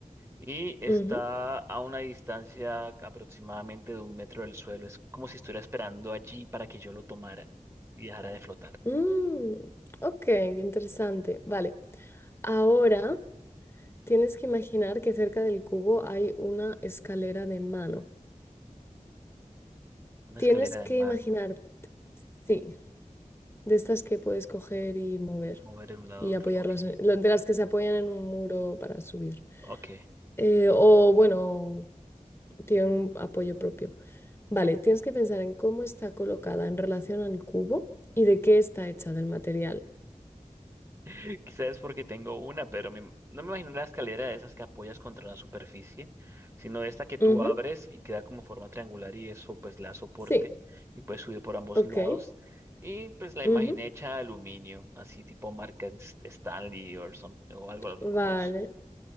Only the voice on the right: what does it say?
y está
a una distancia aproximadamente de un metro del suelo. Es como si estuviera esperando allí para que yo lo tomara y dejara de flotar.
Una
escalera
de mano,
mover de un lado
a otro.
Ok,
ok,
ok.
<laughs> Quizás es porque tengo una, pero me- no me imagino la escalera de esas que apoyas contra la superficie, sino esta que tú
abres y queda como forma triangular y eso pues la soporte
y puedes subir por ambos
lados. Y pues la imaginé
hecha de aluminio, así tipo marca Ns- Stanley or some- o algo
como eso.